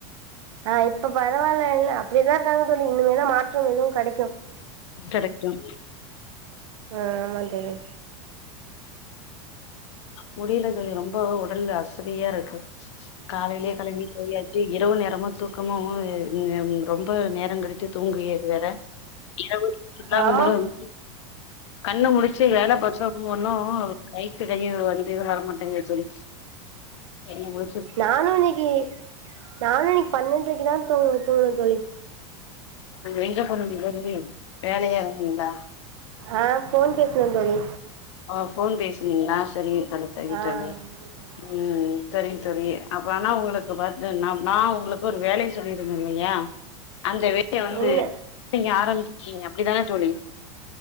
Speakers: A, on the right; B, on the left.
A: அ இப்ப பரவாயில்லல்ல அப்டியே தான் இருக்காங்க தோழி இனிமே தான் மாற்றம் எதுவும் கிடைக்கும்
B: கிடைக்கும்
A: ஆ ஆமாந் தோழி
B: முடில தோழி ரொம்ப உடல்ல அசதியா இருக்கு காலைலயே கிளம்பி போய்யாச்சி இரவு நேரமா தூக்கமா அ வருதுங்க ரொம்ப நேரம் கடுத்து தூங்கியது வேற இரவு உடம்புலா
A: ஆமாம்
B: வலிக்குது கண்ணு முழிச்சு வேலை பாத்தும் ஒண்ணும் கை கிடங்கி வந்து வரமாட்டிங்குது தோழி என்னமோ
A: நானும் இன்னிக்கு நானும் இன்னிக்கு பன்னென்ரைக்கு தான் தூங்க தூங்கன தோழி
B: எங்க போனிங்க தோழி வேலையா இருந்தீங்களா
A: அ போன் பேசுன தோழி
B: ஓ போன் பேசுனீங்களா சரிங்க தோழி
A: ஆ
B: சரிங்க தோழி
A: ஆமாம் தோழி
B: ம் ம் ம் சரிங்க தோழி அப்ப ஆனா உங்களுக்கு பாத்து ந நா உங்களுக்கு ஒரு வேலை சொல்லியிருந்தன் இல்லையா அந்த வேலைய வந்து
A: என்ன
B: நீங்க ஆரம்பிச்சிடிங்க அப்டித்தானே தோழி